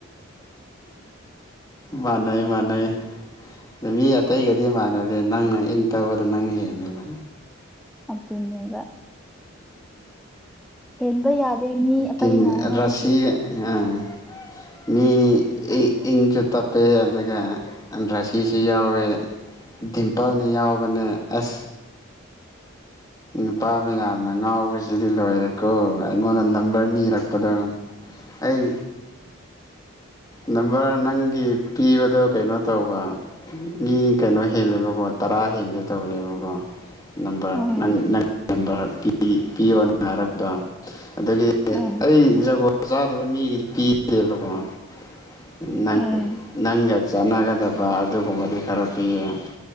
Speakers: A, on the left; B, in the centre.
A: ꯃꯅꯥꯏ ꯃꯅꯥ ꯑꯗ ꯃꯤ ꯑꯇꯩꯒꯗꯤ ꯃꯥꯟꯅꯗꯦ ꯅꯪꯅ ꯏꯪ ꯇꯕꯗ ꯅꯪꯅ ꯍꯦꯜꯂꯦꯕ
B: ꯑꯗꯨ ꯑꯗꯨꯅꯦꯕ ꯍꯦꯟꯕ ꯌꯥꯗꯦ ꯃꯤ ꯑꯇꯩꯅ
A: ꯗꯤ
B: ꯑꯩꯉꯣꯟꯗꯒꯤ
A: ꯔꯁꯤꯒ ꯑꯥ ꯃꯤ ꯏ ꯇꯞꯄꯦ ꯑꯗꯨꯒ ꯗ꯭ꯔꯥꯁꯤꯁꯨ ꯌꯥꯎꯋꯦ ꯗꯤꯝꯄꯜꯅꯤ ꯌꯥꯎ ꯀ ꯑꯦꯁ ꯅꯨꯄꯥ ꯃꯌꯥꯝꯅ ꯉꯥꯎꯕꯁꯤꯗꯤ ꯂꯣꯏꯔꯦ ꯀꯣ ꯑꯩꯉꯣꯟꯗ ꯅꯝꯕꯔ ꯅꯤꯔꯛꯄꯗꯣ ꯑꯩ ꯅꯝꯕꯔ ꯅꯪꯒꯤ ꯄꯤꯕꯗꯣ ꯀꯩꯅꯣ ꯇꯧꯕ ꯃꯤ ꯀꯩꯅꯣ ꯍꯦꯜꯂꯦꯕꯀꯣ ꯇꯔꯥ ꯍꯦꯟꯒꯦ ꯇꯧꯔꯤꯕꯀꯣ ꯅꯝꯕꯔ
B: ꯎꯝ
A: ꯅꯪ ꯅꯪ ꯅꯝꯕꯔ ꯄꯤꯌꯣ ꯅꯪ ꯍꯥꯏꯔꯛꯄꯗꯣ ꯑꯗꯒꯤꯗꯤ
B: ꯎꯝ
A: ꯑꯩ ꯖꯒꯣ ꯆꯥꯗꯕ ꯃꯤꯒꯤꯗꯤ ꯄꯤ ꯪ
B: ꯎꯝ
A: ꯅꯪ ꯆꯥꯟꯅꯒꯗꯕ ꯑꯗꯨꯒꯨꯝꯕꯗꯤ ꯈꯔ ꯄꯤꯌꯦ